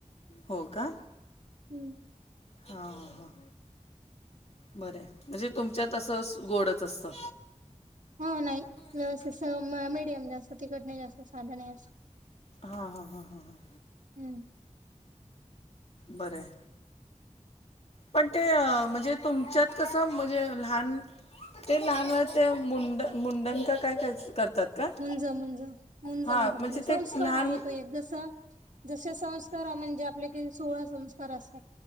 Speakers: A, on the left (about 55°); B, on the right (about 80°).
A: हो का
B: हम्म
A: हा ह बरं म्हणजे तुमच्यात अससं गोडच असतं
B: हो नाही
A: नाही
B: व्यवस्थित मिीडियम जास्त तिकट नाही जास्त साधन असत
A: हां हां हां हां हां
B: हम्म
A: बरं पण ते म्हणजे तुमच्यात कसं म्हणजे लहान ते लहान वळ ते मुंड मुंडण का काय करतात का
B: मुंज मुंज मुंज
A: हा
B: म्हणतात
A: म्हणजे
B: त्याला
A: ते
B: संस्कार
A: लहान
B: आहे तो एक जस जसे संस्कार म्हणजे आपले का सोळा संस्कार असतात